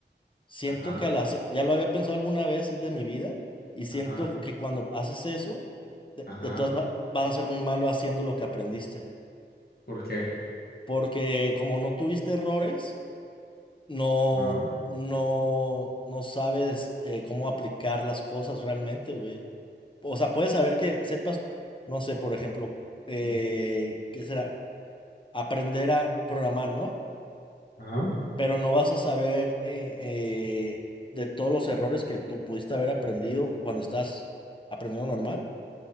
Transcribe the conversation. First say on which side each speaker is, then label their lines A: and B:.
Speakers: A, on the left; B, on the left.
A: siento
B: ajá,
A: que al hacer, ya lo había pensado alguna vez de mi vida y siento
B: ajá,
A: que cuando haces eso, de,
B: ajá.
A: de todas va- vas a ser muy malo haciendo lo que aprendiste.
B: ¿Por qué?
A: Porque como no tuviste errores, no,
B: Ah,
A: no, no sabes eh, cómo aplicar las cosas realmente, güey. O sea, puedes saber que sepas, no sé, por ejemplo, eh,
B: mm,
A: ¿qué será? Aprender a programar, ¿no?
B: ah,
A: Pero no vas a saber eh, eh, de todos los errores que tú pudiste haber aprendido cuando estás aprendiendo normal.